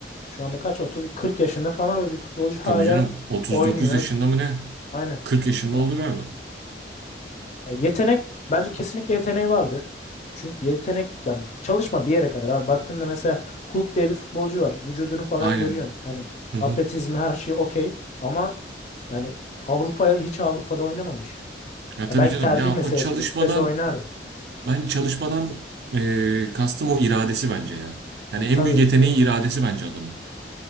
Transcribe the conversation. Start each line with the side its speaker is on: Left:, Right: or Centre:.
Left: şu anda kaç 30 40 yaşında falan bir futbolcu hala
Right: Tabii canım 39
Left: oynuyor.
Right: yaşında mı ne?
Left: Aynen.
Right: 40 yaşında
Left: Ya,
Right: oldu galiba.
Left: ya, yetenek bence kesinlikle yeteneği vardı. Çünkü yetenek yani çalışma bir yere kadar. Abi baktığında mesela Hulk diye bir futbolcu var. Vücudunu falan
Right: Aynen.
Left: görüyorsun. Hani
Right: Hı
Left: atletizmi
Right: hı.
Left: her şey okey ama yani Avrupa'ya hiç Avrupa'da oynamamış.
Right: Ya
Left: Ya
Right: tabii
Left: belki
Right: canım
Left: tercih
Right: ya
Left: meselesidir.
Right: o çalışmadan
Left: Lig'de oynardı.
Right: ben çalışmadan eee, kastım o iradesi bence ya. Yani
Left: Ya,
Right: en
Left: tabii
Right: büyük yeteneği
Left: değil mi?
Right: iradesi bence adamın.